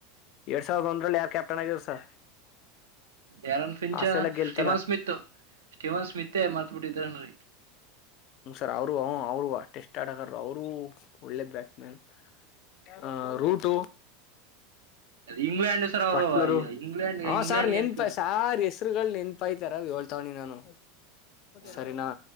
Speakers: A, on the left; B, on the right.
A: ಎರಡ್ ಸಾವಿರದ ಒಂದಲ್ಲಿ ಯಾರ ಕ್ಯಾಪ್ಟನ್ ಆಗಿದ್ರು ಸರ್
B: ಯಾರನ್ ಫಿಂಚ
A: ಆಸ್ಟ್ರೇಲಿಯ ಗೆಲ್
B: ಸ್ಟೀವನ್
A: <inaudible>
B: ಸ್ಮಿತ್ ಸ್ಟೀವನ್ ಸ್ಮಿತೇ ಮರತಬಿಟ್ಟಿದಾರನಾ ಈಗ <inaudible>
A: ನಮಸ್ಕಾರ ಅವರು ಅ ಅವರು ಟೆಸ್ಟ್ ಆಟಗಾರರು ಅವರು ಒಳ್ಳೆ ಬ್ಯಾಟ್ಸ್ ಮ್ಯಾನ್. <inaudible> ಆ ರೂಟ
B: ಇಂಗ್ಲೆಂಡ್ ಸರ್ ಅವರು
A: ಬಟ್ಲರು. <inaudible>
B: ಇಂಗ್ಲೆಂಡ್
A: ಹ
B: ಇಂಗ್ಲೆಂಡ್
A: ಸಾರ್ ನೆನಪದ ಸಾರ್ <inaudible> ಹೆಸರ್ಗಳ್ ನೆನಪಯಐತಾರ ಹೇಳ್ತಾವಿನೀ ನಾನು
B: ಹ
A: ಸರಿನಾ?